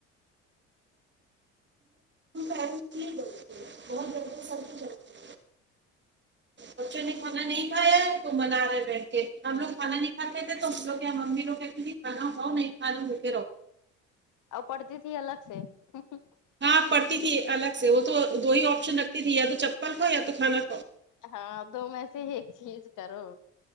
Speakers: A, on the right; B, on the left.
A: پیرنٹس کی غلطی ہے بہت زیادہ سب کچھ غلط۔ بچوں نے کھانا نہیں کھا یا ہے تو منا رہا ہے بیٹھ کے ہم لو کھانا نہیں کھاتے تھے تو ہم لوگ کیا امی لوگ کہتے تھی کھانا کھاو نہیں کھایے تو بھوکے رہو
B: آ پڑتی تھی الگ سے امم امم
A: ہاں پڑتی تھی الگ سے وہ تو دو ہی آپشن رکھتی تھی یا تو چپل کھاؤ یا تو کھانا کھاؤ
B: ہاں دو میں سے ایک چیز کرو